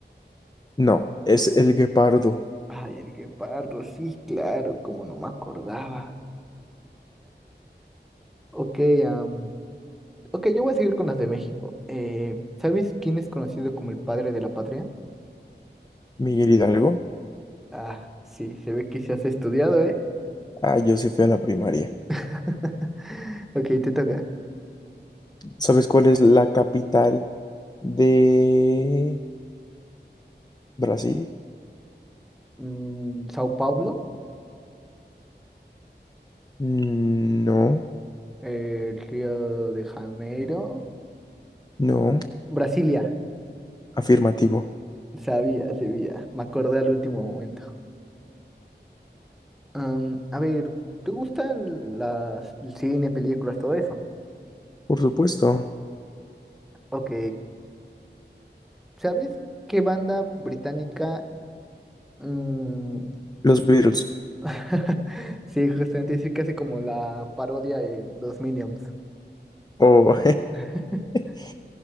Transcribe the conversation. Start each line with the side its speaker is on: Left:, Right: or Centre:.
Left: No, es el guepardo.
Centre: Ay, el guepardo, sí, claro, como no me acordaba. Ok, am, ok, yo voy a seguir con las de México. Eh, ¿sabes quién es conocido como el padre de la patria?
Left: Miguel Hidalgo.
Centre: Ah, sí, se ve que se has estudiado, ¿eh?
Left: Ah, yo sí fui a la primaria.
Centre: <laughs> Ok, te toca.
Left: ¿Sabes cuál es la capital de Brasil?
Centre: Mm, Sao Paulo,
Left: Mm, No,
Centre: eh, Río de Janeiro,
Left: no.
Centre: Brasilia.
Left: Afirmativo.
Centre: Sabía, sabía, me acordé al último momento. Am, a ver, ¿te gustan las el cine, películas, todo eso?
Left: Por supuesto.
Centre: Ok. ¿Sabes qué banda británica? mm,
Left: Los Beatles.
Centre: <laughs> Sí, justamente decir que hace como la parodia de los Minions.
Left: Oh.
Centre: <laughs>
Left: <laughs>